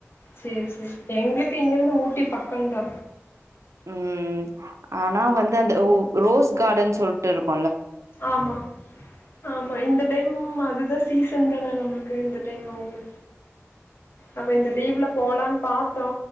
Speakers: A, on the left; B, on the right.
A: சேரி சேரி எங்ளுக் கு இங்கிருந்து ஊட்டி பக்கந்தா
B: ம் ஆனா வந்து அந்த ஓ ரோஸ் கார்டன் சொல்ட்டுருக்
A: ஆமா ஆமா இந்த டைம் அதுதா சீசன் தான நம்மளுக்கு இந்த டைம்ல ஆவுங்க அப்ப இந்த லீவ்ல போலன் பாத்தோ